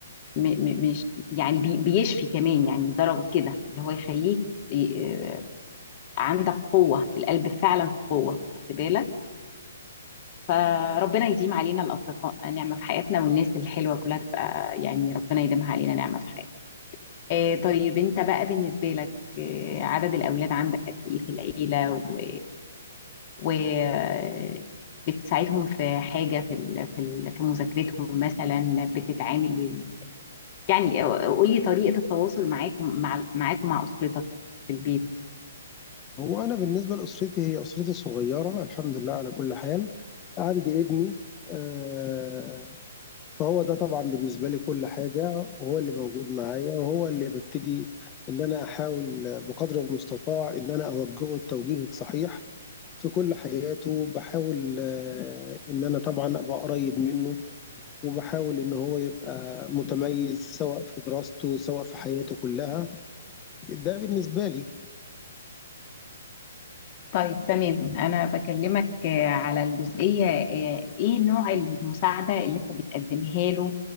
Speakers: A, on the left; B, on the left.
A: م م مش يعني بي بيشفي كمان يعني لدرجة كده اللي هو يخليك ي- آه، عندك قوة القلب فعلا في قوة خدت بالك فربنا يديم علينا الأصدقاء نعمة في حياتنا والناس الحلوة كلها تبقى يعني ربنا يديمها علينا نعمة في حياتنا آه، طيب أنت بقى بالنسبة لك آه، عدد الأولاد عندك قد إيه في العيلة و, و... آه، بتساعدهم في حاجة في ال... في ال... في مذاكرتهم مثلا بتتعامل يعني قولي طريقة التواصل معاكم مع معاكم مع أسرتك في البيت
B: هو أنا بالنسبة لأسرتي هي أسرتي الصغيّرة الحمد لله على كل حال، عندي ابني آآ فهو ده طبعا بالنسبة لي كل حاجة وهو اللي موجود معايا وهو اللي ببتدي إن أنا أحاول بقدر المستطاع إن أنا أوجهه التوجيه الصحيح في كل حياته بحاول آه، إن أنا طبعا أبقى قريب منه وبحاول إن هو يبقى متميز سواء في دراسته سواء في حياته كلها ده بالنسبة لي
A: طيب تمام أنا بكلمك آه، على الجزئية آه، إيه نوع المساعدة اللي أنت بتقدمها له